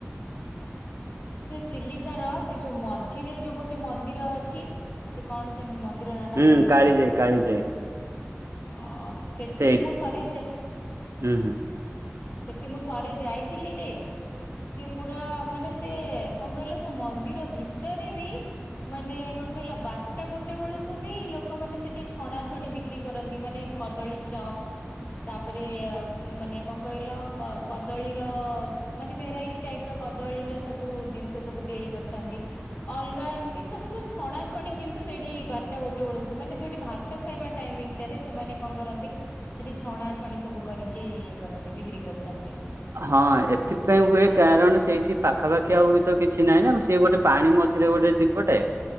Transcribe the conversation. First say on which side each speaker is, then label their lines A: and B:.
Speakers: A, on the left; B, on the right.
A: ସେ ଯୋଉ ଚିଲିକାର ସେ ଯୋଉ ମଝିରେ ଯୋଉ ଗୋଟେ ମନ୍ଦିର ଅଛି। ସେ କଣ ସେ ମନ୍ଦିର ନାଁ
B: ହୁଁ
A: ଟା ମୋର
B: କାଳିଜାଇ
A: ମନେ ପଡୁ
B: କାଳିଜାଇ
A: ହଁ ସେଠି
B: ସେଇଠି
A: ମୁଁ ଥରେ ଯେ
B: ହୁଁ ହୁଁ।
A: ସେଠି ମୁଁ ଥରେ ଯାଇଥିଲି ଯେ ସିଏ ପୁରା ମାନେ ସେ କଣ କହିଲ? ସେ ମନ୍ଦିର ଭିତରେ ବି ମାନେ କଣ କହିଲା ବାରଟା ଗୋଟାଏ ବେଳକୁ ବି ଲୋକମାନେ ସେଠି ଛଣା ଛଣି ବିକ୍ରି କରନ୍ତି ମାନେ କଦଳୀ ଚପ୍। ତାପରେ ମାନେ କଣ କହିଲ କଦଳୀର ମାନେ ଭେରାଇଟି ଟାଇପର କଦଳୀର ସବୁ ଜିନିଷ ସବୁ ତିଆରି କରିଥାନ୍ତି। ଅଲଗା ଏମିତି ସବୁ ସବୁ ଛଣା ଛଣି ଜିନିଷ ସେଇଠି ବାରଟା ଗୋଟାଏ ବେଳକୁ ମାନେ ଯୋଉଠି ଭା ଭାତ ଖାଇବା ଟାଇମିରେ ସେମାନେ କଣ କରନ୍ତି? ସେଠି ଛଣା ଛଣି ସବୁ କରିକି ଇଏ କରନ୍ତି ବିକ୍ରି କରିଥାନ୍ତି।
B: ହଁ ଏଥିପାଇଁ ହୁଏ କାରଣ ସେଇଠି ପାଖାପାଖି ଆଉ ବି ତ କିଛି ନାହିଁ ନା ସେଏ ଗୋଟିଏ ପାଣି ମଝିରେ ଗୋଟିଏ ଦୀପଟାଏ